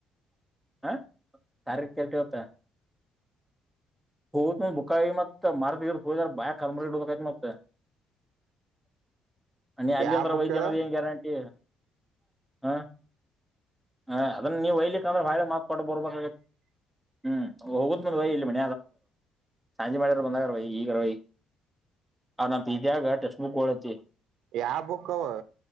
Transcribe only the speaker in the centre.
ಹ ಕಾರ ಕೆತ್ತ ಹೋಗ ಬುಕಾಯಿ ಮತ್ತ ಮಾರ್ತಿ ಇ ಹದ ಬಾಯ ಕಲ್ ಬ ಮತ್ತ ಅ ಅಲ್ಲಿ
ಅಂದರ
ವೈದಏನಏ
ಗ್ಯಾರಂಟಿ ಹ್ಮ ಹ ಅದನ್ನ ನೀವು್ ಒಯ್ಲಿಕ್ಕೆ ಅಂದ್ರೆ ಬಾಳೆ ಮಾಕ್ ಕೊಟ್ಟು ಬರ್ಬೇಕ ಹ್ಮ್ ಹೋಗುದಂದ ವಯ ಮ ಸಂಜೆ ಮಾಡಿದ್ರ ಬಂದಾಗರವ ಈಗರೈ ಅವ ನ ಇದಾಗ ಟೆಕ್ಸ್ಟ್ ಬುಕ್ ಓಡತ್ತತಿ